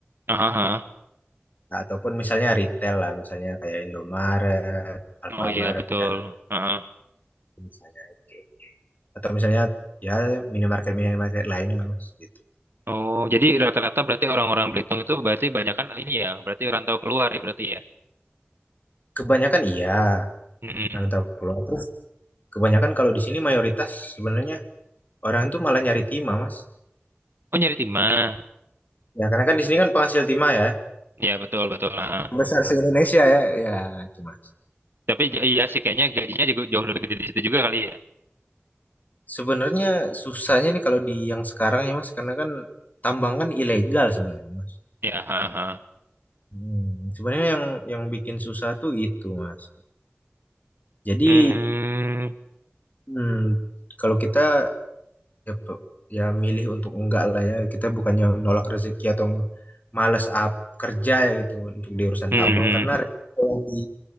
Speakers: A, on the right (about 60°); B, on the left (about 40°).
A: Hmm.
B: Nah, ataupun misalnya retail lah misalnya kayak Indomaret, Alfamart
A: Oh iya betul.
B: dan
A: Heeh.
B: misalnya oke. Atau misalnya ya minimarket minimarket lain lah Mas gitu.
A: Oh jadi rata-rata berarti orang-orang Belitung itu berarti banyak kan ini ya. Berarti rantau keluar ya berarti ya.
B: Kebanyakan iya,
A: Mm-mm.
B: karena tahu keluar. Terus Kebanyakan kalau di sini mayoritas sebenarnya orang tuh malah nyari timah, Mas.
A: Oh nyari timah.
B: Ya, karena kan di sini kan penghasil timah ya.
A: Ya betul betul. Heeh.
B: Besar se-Indonesia ya. Ya, itu Mas.
A: Tapi j- iya sih kayaknya gajinya juga jauh lebih gede di situ juga kali ya.
B: Sebenarnya susahnya nih kalau di yang sekarang ya, Mas, karena kan tambang kan ilegal sebenarnya, Mas.
A: Ya. heeh.
B: Hmm, sebenarnya yang yang bikin susah tuh itu, Mas. Jadi,
A: Hmm.
B: hmm, kalau kita ya, pe- ya milih untuk enggak lah ya, kita bukannya nolak rezeki atau males up kerja ya gitu untuk di urusan
A: Hmm.
B: tambang karena resiko yang di